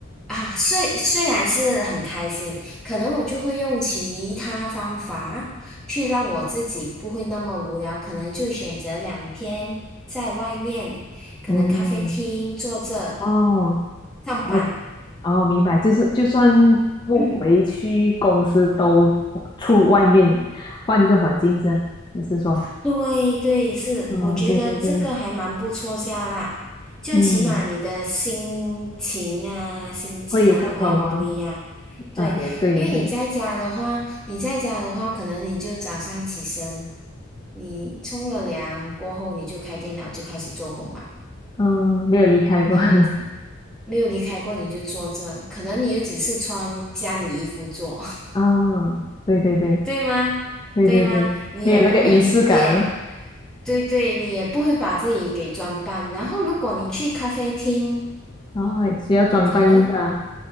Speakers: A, in the centre; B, on the left.
A: 啊，虽虽然是很开心，可能我就会用其他方法去让我自己不会那么无聊，可能就选择两天在外面，可能咖啡厅坐着
B: 嗯，哦。
A: 上班，
B: 我。哦，明白，就是就算不回去公司，
A: 嗯。
B: 都出外面换个环境是吧？你是说
A: 对对，是，
B: <laughs>？哦，
A: 我觉得这个还蛮不错下啦，
B: 对对对，
A: 就起码你的心情啊、
B: 嗯，
A: 心境啊会有不一样。
B: 会有不同哦。
A: 对，
B: 啊，也对也对，
A: 因为你在家的话，你在家的话，可能你就早上起身，你冲了凉过后，你就开电脑就开始做工嘛，
B: 嗯，没有离开过。
A: 然后
B: <laughs>
A: 没有离开过你就坐着，可能你也只是穿家里衣服做。
B: 啊，对对对
A: 对吗？
B: 对对对，
A: 对吗？你也不会，
B: 没有那个仪式感哦。
A: 你也，对对，你也不会把自己给装扮。然后，如果你去咖啡厅，
B: 哦，需要装扮一下，
A: 可能